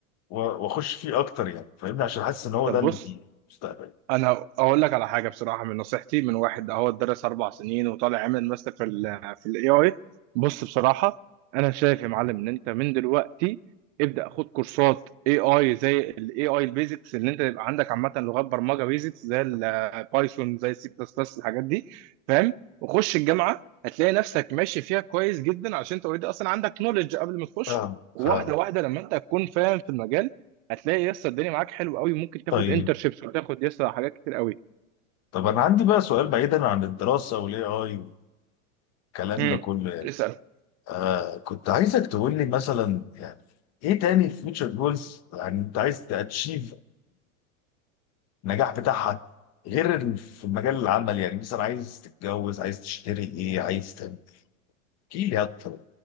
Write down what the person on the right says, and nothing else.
طب
بص انا اقول لك على حاجه بصراحه من نصيحتي من واحد اهو درس اربع سنين وطالع عامل ماستر في ال في الاي اي بص بصراحه انا شايف يا معلم ان انت من دلوقتي ابدا خد كورسات اي اي زي الاي اي البيزكس اللي انت يبقى عندك عامه لغات برمجه بيزكس زي البايثون زي السي بلس بلس الحاجات دي فاهم وخش الجامعه هتلاقي نفسك ماشي فيها كويس جدا عشان انت اوريدي اصلا عندك نولج قبل ما تخش
واحده
واحده لما انت تكون فاهم في المجال هتلاقي يسا الدنيا معاك حلو قوي ممكن تاخد
انترشيبس وتاخد يسا حاجات كتير قوي
امم
اسال